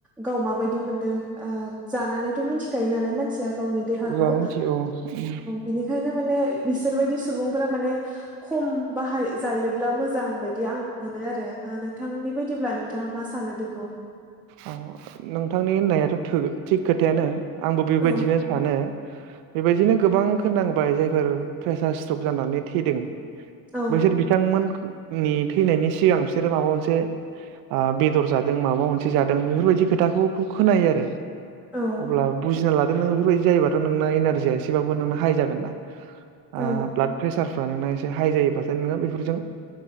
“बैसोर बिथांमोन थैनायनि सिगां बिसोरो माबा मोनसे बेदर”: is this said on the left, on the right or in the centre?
Right